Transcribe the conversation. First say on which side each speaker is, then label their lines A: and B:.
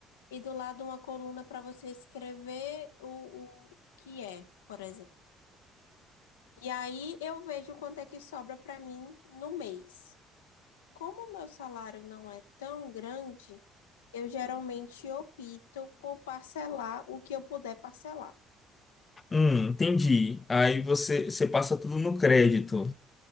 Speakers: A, on the left; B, on the left.
A: e do lado uma coluna para você escrever o, o que é, por exemplo. E aí eu vejo quanto é que sobra para mim no mês. Como o meu salário não é tão grande, eu geralmente opto por parcelar o que eu puder parcelar.
B: Hum, entendi. Aí você, você passa tudo no crédito.